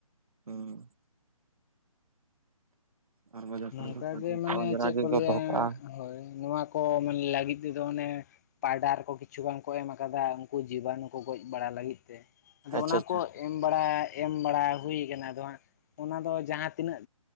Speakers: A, on the right; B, on the left.
A: ᱦᱩᱸ ᱟᱨ ᱵᱟᱡᱟᱨ
B: ᱱᱚᱝᱠᱟ
A: ᱥᱮᱱ ᱫᱚ
B: ᱜᱮ ᱢᱟᱱᱮ
A: ᱡᱟᱜᱮ
B: ᱪᱮᱜ ᱠᱚ ᱞᱟᱹᱭᱟ
A: ᱫᱚᱦᱚ ᱠᱟᱜᱼᱟ
B: ᱦᱳᱭ ᱱᱚᱣᱟ ᱠᱚ ᱢᱟᱱᱮ ᱞᱟᱹᱜᱤᱫ ᱛᱮᱫᱚ ᱚᱱᱮ ᱯᱟᱭᱰᱟᱨ ᱠᱚ ᱠᱤᱪᱷᱩ ᱵᱟᱝᱠᱚ ᱮᱢ ᱟᱠᱟᱫᱟ ᱩᱱᱠᱩ ᱡᱤᱵᱟᱱᱩ ᱠᱚ ᱜᱚᱡ ᱵᱟᱲᱟ ᱞᱟᱹᱜᱤᱫ ᱛᱮ, ᱟᱫᱚ
A: ᱟᱪᱪᱷᱟ
B: ᱚᱱᱟ
A: ᱟᱪᱪᱷᱟ
B: ᱠᱚ ᱮᱢ ᱵᱟᱲᱟ ᱮᱢ ᱵᱟᱲᱟ ᱦᱩᱭ ᱠᱟᱱᱟ ᱟᱫᱚ ᱦᱟᱸᱜ ᱚᱱᱟ ᱫᱚ ᱡᱟᱦᱟᱸ ᱛᱤᱱᱟᱹᱜ